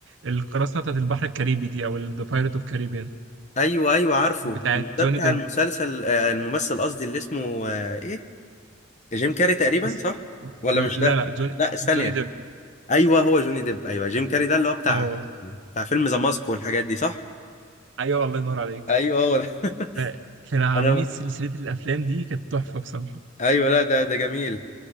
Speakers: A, on the right; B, on the left.
A: القراصنة بتاعت البحر الكاريبي دي أو ال- The Pirate of Caribbean
B: ايوه ايوه عارفه
A: بتاعت
B: مش ده
A: جوني
B: بتاع
A: ديب
B: المسلسل آه، الممثل قصدي اللي اسمه آه، ايه جيم كاري تقريبا
A: اس-
B: صح ولا مش
A: لا
B: ده
A: لا جوني
B: لا ثانية
A: جوني ديب
B: ايوه هو جوني ديب ايوه جيم كاري ده اللي هو بتاع
A: أه
B: بتاع فيلم ذا ماسك والحاجات دي صح
A: أيوه الله ينور عليك
B: ايوه هو ده <laughs>
A: فكانوا عاملين
B: انا
A: سلسلة الأفلام دي كانت تحفة بصراحة
B: ايوه لا ده ده جميل